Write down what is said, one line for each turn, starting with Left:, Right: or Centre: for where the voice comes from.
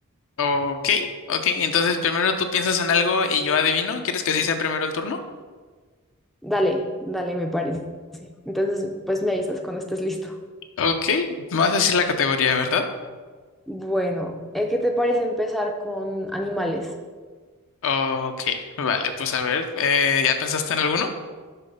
Left: Ok, ok, entonces primero tú piensas en algo y yo adivino. ¿Quieres que así sea primero el turno?
Centre: Dale, dale, me parece. Entonces, pues me avisas cuando estés listo.
Left: Ok, me vas a decir la categoría, ¿verdad?
Centre: Bueno, eh, ¿qué te parece empezar con animales?
Left: Ok, vale, pues a ver, eh, ¿ya pensaste en alguno?